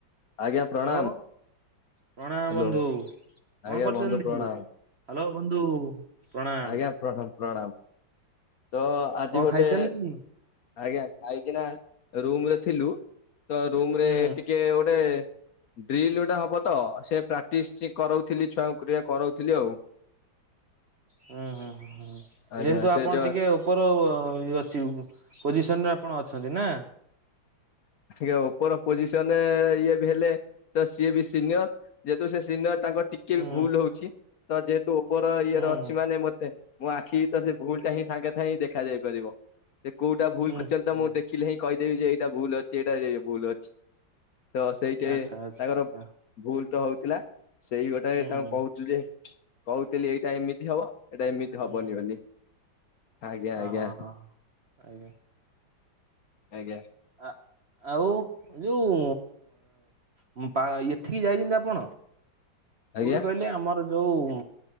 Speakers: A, on the left; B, on the right.
A: ଆଜ୍ଞା ପ୍ରଣାମ।
B: ହାଲୋ। ପ୍ରଣାମ
A: ହ୍ୟାଲୋ
B: ବନ୍ଧୁ,
A: ଆଜ୍ଞା
B: କଣ କରୁଛନ୍ତି,
A: ବନ୍ଧୁ ପ୍ରଣାମ
B: ହାଲୋ ବନ୍ଧୁ। ପ୍ରଣାମ
A: ଆଜ୍ଞା ପ୍ରଣାମ ପ୍ରଣାମ ତ ଆଜି
B: କଣ
A: ଗୋଟେ
B: ଖାଇସାରିଲେଣି?
A: ଆଜ୍ଞା ଖାଇକିନା ରୁମରେ ଥିଲୁ ତ ରୁମ୍ ରେ
B: ହୁଁ
A: ଟିକେ ଗୋଟେ ଡ୍ରିଲ୍ ଗୋଟେ ହବ ତ ସେ ପ୍ରାକ୍ଟିସ୍ କରଉଥିଲି ଛୁଆଙ୍କୁ ଟିକେ କରଉଥିଲି ଆଉ।
B: ହୁଁ, ହୁଁ, ହୁଁ
A: ଆଜ୍ଞା
B: ଯେନ୍ତୁ
A: ସେଟା
B: ଆପଣ ଟିକେ ଉପର ଅ ଅଛି ପୋଜିସନରେ ଆପଣ ଅଛନ୍ତି ନା।
A: ଟିକିଏ ଉପର ପୋଜିସନରେ ଇଏ ବି ହେଲେ ତ ସିଏ ବି ସିନିୟର। ଯେହେତୁ ସେ ସିନିଅର୍ ତାଙ୍କର ଟିକେ
B: ହୁଁ
A: ବି ଭୁଲ ହଉଛି ତ ଯେହେତୁ ଉପର ଇଏରେ
B: ହୁଁ
A: ଅଛି ମାନେ ମତେ ମୋ ଆଖିକି ତ ସେ ଭୁଲଟା ହିଁ ସାଙ୍ଗେ ସାଙ୍ଗେ ହିଁ ଦେଖାଯାଇ ପାରିବ। ସେ କୋଉଟା ଭୁଲ୍
B: ହୁଁ
A: କରିଛନ୍ତି
B: ହୁଁ
A: ତ ମୁଁ ଦେଖିଲେ ହିଁ କହିଦେବି ଯେ ଏଇଟା ଭୁଲ୍ ଅଛି ଏଇଟା ଭୁଲ୍ ଅଛି। ତ ସେଇଟେ
B: ଆଚ୍ଛା ଆଚ୍ଛା
A: ତାଙ୍କର
B: ଆଚ୍ଛା
A: ଭୁଲ୍ ତ ହଉଥିଲା। ସେଇ ଗୋଟାଏ
B: ହୁଁ
A: ତାଙ୍କୁ କହୁଚି ଯେ କହୁଥିଲି ଏଇଟା ଏମିତି ହବ। ଏଟା ଏମିତି ହବନି
B: ହୁଁ
A: ବୋଲି ଆଜ୍ଞା ଆଜ୍ଞା।
B: ଅ ହଁ ହଁ ଆଜ୍ଞା।
A: ଆଜ୍ଞା।
B: ଆ ଆଉ ଯୋଉ ଉଁ ପା ଏଠିକି ଯାଇଚିନ୍ତି ଆପଣ?
A: ଆଜ୍ଞା
B: କୋଉଠି କହିଲେ ଆମର ଯୋଉ